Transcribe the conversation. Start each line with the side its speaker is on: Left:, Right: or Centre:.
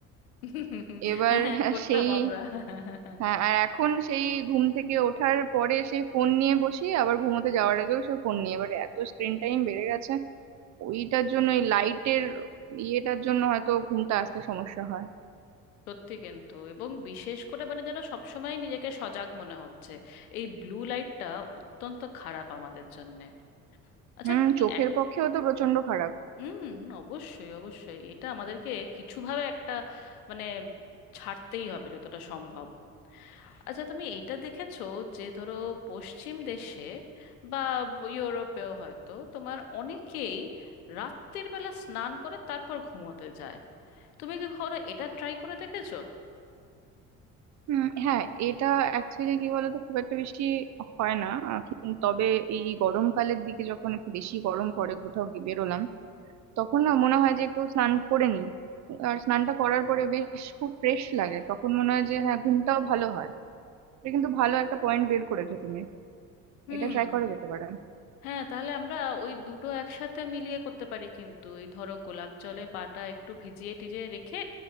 Left: <laughs> হুম।
Right: এবার
Left: হ্যাঁ করতাম
Right: সেই
Left: আমরা <laughs>
Right: হ্যাঁ আর এখন সেই ঘুম থেকে ওঠার পরে সেই ফোন নিয়ে বসি আবার ঘুমোতে যাওয়ার আগেও সেই ফোন নিয়ে এবার এত স্ক্রিন টাইম বেড়ে গেছে ওইটার জন্য ওই লাইটের ইয়েটার জন্য হয়তো ঘুমটা আসতে সমস্যা হয়
Left: সত্যি কিন্তু এবং বিশেষ করে মানে যেন সবসময় নিজেকে সজাগ মনে হচ্ছে এই ব্লু লাইটটা অত্যন্ত খারাপ আমাদের জন্য আচ্ছা
Right: হুম
Left: তুমি
Right: চোখের
Left: এক
Right: পক্ষেও তো প্রচন্ড খারাপ
Left: হুম অবশ্যই অবশ্যই এটা আমাদেরকে কিছুভাবে একটা মানে ছাড়তেই হবে যতটা সম্ভব আচ্ছা তুমি এইটা দেখেছো যে ধরো পশ্চিম দেশে বা ইউরোপেও হয়তো তোমার অনেকেই রাত্রির বেলা স্নান করে তারপর ঘুমোতে যায় তুমি কি কখনো এটা ট্রাই করে দেখেছো
Right: উম, হ্যাঁ এটা অ্যাকচুয়ালি কি বলতো খুব একটা বেশি হয় না আহ, কিন্তু তবে এই গরমকালের দিকে যখন একটু বেশি গরম পড়ে কোথাও গিয়ে বেরোলাম তখন না মনে হয় যে একটু স্নান করে নিই আর স্নানটা করার পরে বেশ খুব ফ্রেশ লাগে তখন মনে হয় যে হ্যাঁ ঘুমটাও ভালো হয় এটা কিন্তু ভালো একটা পয়েন্ট বের করেছো তুমি
Left: হুম
Right: এটা ট্রাই করা যেতে পারে
Left: হ্যাঁ তাহলে আমরা ওই দুটো একসাথে মিলিয়ে করতে পারি কিন্তু এই ধরো গোলাপ জলে পাটা একটু ভিজিয়ে টিজিয়ে রেখে